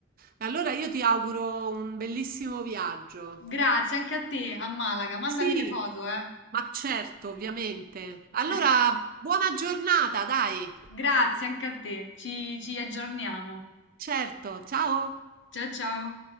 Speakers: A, on the right; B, on the left.
A: Allora io ti auguro un bellissimo viaggio.
B: Grazie anche a te, a Malaga, mandami
A: Sì,
B: le foto, eh.
A: ma certo, ovviamente. Allora,
B: <laughs>
A: buona giornata, dai.
B: Grazie anche a te, ci ci aggiorniamo.
A: Certo, ciao.
B: Ciao ciao.